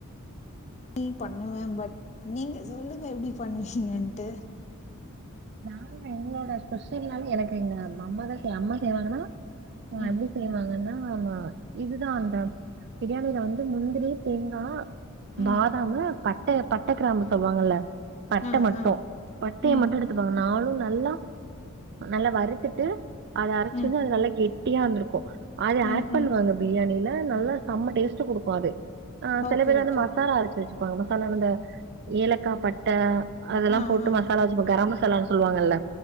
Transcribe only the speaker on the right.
நாங்க எங்களோட ஸ்பெஷல்னால எனக்கு எங்க அம்மாதா செய்வா அம்மா செய்வாங்கன்னா ஆ
எப்டி செய்வாங்கன்னா ஆமா ஆமா இதுதா அந்த பிரியாணியில வந்து முந்திரி தேங்கா
பாதாமு பட்ட பட்ட கிராம்பு சொல்லுவாங்கல்ல பட்ட
மட்டோ
பட்டைய
மட்டு எடுத் அந்த நாலு நல்லா நல்லா வறுத்துட்டு அத அரச்சது
நல்லா கெட் டியா வந்திருக்கு அது
ஆட் பண்ணுவாங்க
பிரியாணில நல்லா செம்ம டேஸ்ட் கொடுக்கு அது ஆ சில
பேர் வந்து
மசாலா அறச்சு வச்சுக்குவாங்க மசாலானா இந்த ஏலக்கா பட்ட அதெல்லா
போட்டு
மசாலா வச்சுப்போ கரம் மசாலான்னு சொல்லுவாங்கல்ல